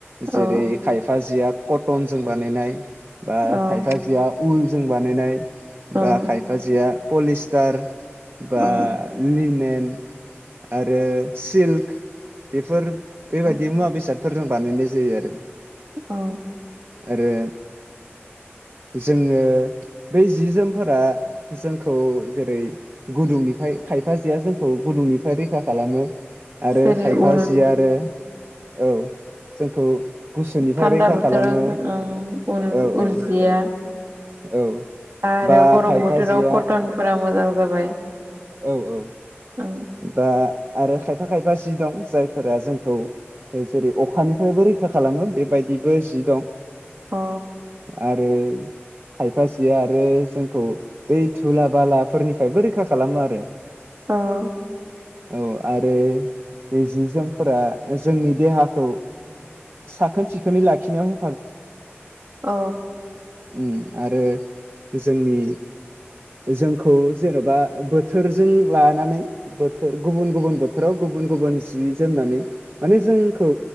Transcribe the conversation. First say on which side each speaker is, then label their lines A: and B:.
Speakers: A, on the right; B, on the right.
A: जेरै
B: औ
A: खायफा जिया कटनजों बानायनाय बा
B: ओं
A: खायफा जिआ उलजों बानायनाय
B: ओं
A: बा खायफा जिया पलिस‌ बा
B: ओं
A: लिनेन आरो सिल बेेफोर बेबायदि
B: ओं
A: मुवा बेसादफोरजों बानायनाय जायो आरो
B: ओं
A: आरो जोंङो बै जि जोमफोरा जोंखौ जेरै गुदुंनिफ्राय खायफा जिया जों खौ गुदुंनिफ्राय रैखा खालामो आरो
B: जेरै
A: खायफा
B: उल
A: जिया आरो औ जोंखौ गुसुनिफ्राय
B: थान्दा
A: रैखा
B: बोथोराव
A: खालामो औ
B: ओं उल
A: -
B: उल
A: औ
B: जिया
A: औ
B: आरो
A: बा
B: गरम
A: खायफा
B: बोथोराव
A: जिया
B: कटनफोरा मोजां जाबाय
A: औ - औ
B: औ
A: बा आरो खायफा खायफा जि दं जायफोरा जोंखौ जेरै अखानिफ्रायबो रैखा खालामो बेबायदिबो जि दं
B: औ
A: आरो खायफासे आरो जोंखौ बै थुला बालाफोरनिफ्राय रैखा खालामो आरो
B: औ
A: औ आरो बे जि - जोमफोरा जोंनि देहाखौ साखोन सिखोनै लाखिनायाव हे
B: औ
A: ओम आरो जोंनि जोंखौ जेनबा बोथोरजों लानानै बोथोर गुबुन गुबुन बोथोराव गुबुन गुबुन जि जोमनानै माने जोंखौ